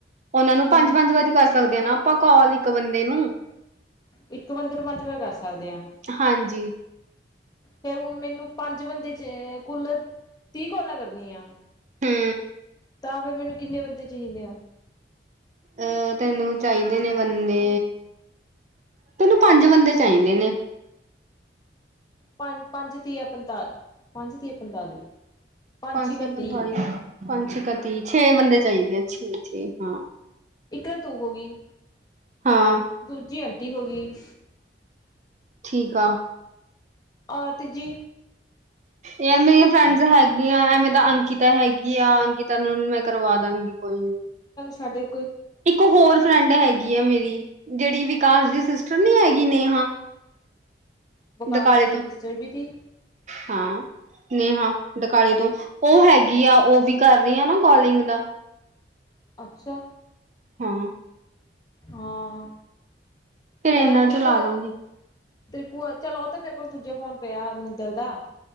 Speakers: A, on the right (about 40°); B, on the left (about 20°).
A: ਉਹਨਾਂ ਨੂੰ ਪੰਜ
B: ਹੂੰ
A: ਪੰਜ ਵਾਰੀ ਕਰ ਸਕਦੇ ਆ ਨਾ ਆਪਾਂ ਕਾਲ ਇੱਕ ਬੰਦੇ ਨੂੰ
B: ਇੱਕ ਬੰਦੇ ਨੂੰ ਪੰਜ ਵਾਰ ਕਰ ਸਕਦੇ ਹਾਂ
A: ਹਾਂਜੀ
B: ਫੇਰ ਹੁਣ ਮੈਨੂੰ ਪੰਜ ਬੰਦੇ ਚ ਕੁੱਲ ਤੀਹ ਕੋਲਾਂ ਕਰਨੀ ਆ
A: ਹੂੰ
B: ਤਾਂ ਫਿਰ ਮੈਨੂੰ ਕਿੰਨੇ ਬੰਦੇ ਚਾਹੀਦੇ ਆ
A: ਅਹ ਤੈਨੂੰ ਚਾਹੀਦੇ ਨੇ ਬੰਦੇ ਤੈਨੂੰ ਪੰਜ ਬੰਦੇ ਚਾਹੀਦੇ ਨੇ
B: ਪੰਜ ਪੰਜ ਤੀਆ ਪੰਤਾਲ ਪੰਜ ਤੀਆ ਪੰਤਾਲੀ
A: ਪੰਜ
B: ਛੀਕਾ
A: ਪੰਤਾਲੀ
B: ਤੀਹ
A: ਪੰਜ ਛਿਕਾ ਤੀਹ ਛੇ ਬੰਦੇ ਚਾਹੀਦੇ ਆ ਛੇ ਛੇ ਹਾਂ
B: ਇਕ ਤਾਂ ਤੂੰ ਹੋ ਗਈ
A: ਹਾਂ
B: ਦੂਜੀ ਅ ਟੀ ਹੋ ਗਈ
A: ਠੀਕ ਆ
B: ਔਰਤ ਜੀ
A: ਯਾਰ ਮੇਰੀਆਂ ਫਰੈਂਡਸ ਹੈਗੀਆਂ ਐਵੇਂ ਤਾਂ ਅੰਕਿਤਾ ਹੈਗੀ ਆ ਅੰਕਿਤਾ ਨੂੰ ਮੈਂ ਕਰਵਾ ਦਾਂਗੀ ਕੋਈ ਨੀ
B: ਸਾਡੇ
A: ਇੱਕ ਹੋਰ ਫਰੈਂਡ ਹੈਗੀ ਆ ਮੇਰੀ ਜਿਹੜੀ ਵਿਕਾਸ ਦੀ ਨੀ ਹੈਗੀ ਨੇਹਾ
B: ਵਿਕਾਸ
A: ਡਕਾਲੇ
B: ਦੀ ਕੋਈ
A: ਤੋਂ
B: ਸਿਸਟਰੀ ਵੀ ਤੀ
A: ਹਾਂ ਨੇਹਾ ਡਕਾਲੇ ਤੋਂ ਉਹ ਹੈਗੀ ਆ ਉਹ ਵੀ ਕਰ ਰਹੀ ਹਾਂ ਨਾ ਕੋਲਿੰਗ ਦਾ
B: ਅੱਛਾ
A: ਹਾਂ
B: ਹਾਂ
A: ਫੇਰ
B: ਪਰ
A: ਇਹਨਾਂ
B: ਆ ਤੇਰੀ
A: ਚ
B: ਭੂਆ
A: ਲਾ ਲਾਂਗੇ
B: ਤੇਰੀ ਭੂਆ ਚੱਲ ਉਹ ਤੇ ਮੇਰੇ ਕੋਲ ਦੂਜਾ ਫੋਨ ਪਿਆ ਮਨਿੰਦਰ ਦਾ